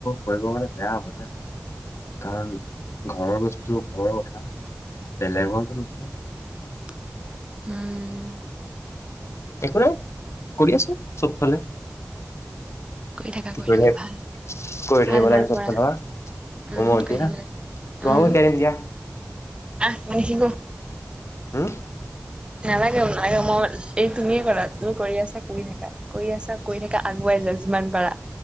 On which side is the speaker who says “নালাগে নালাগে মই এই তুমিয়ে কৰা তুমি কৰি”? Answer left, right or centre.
Right